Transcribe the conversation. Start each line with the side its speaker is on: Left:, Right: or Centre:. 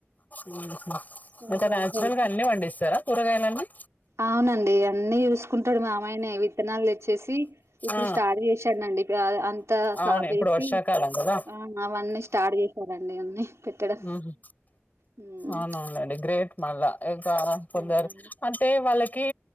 Left: ఉహు
Right: చాలా
Left: ఇంక న్యాచురల్గా
Right: హెల్ప్
Left: అన్ని వండిస్తరా కూరగాయలన్నీ
Right: అవునండి అన్నీ యూస్కుంటడు మామయ్యనే విత్తనాలు దెచ్చేసి ఇప్పుడు
Left: ఆ
Right: స్టార్ట్ ఏశానండి ప్ ఆ అంతా
Left: అవును
Right: సాప్
Left: ఇప్పుడు
Right: చేసి
Left: వర్షాకాలం కదా
Right: ఆ అవన్నీ స్టార్డ్ జేసారండి అన్నీ పెట్టడం
Left: మ్మ్ హు
Right: హ్మ్
Left: అవునవున్లేండి గ్రేట్ మళ్లా ఇంకా కొందరు
Right: అవునండి
Left: అద్ తే వాళ్ళకి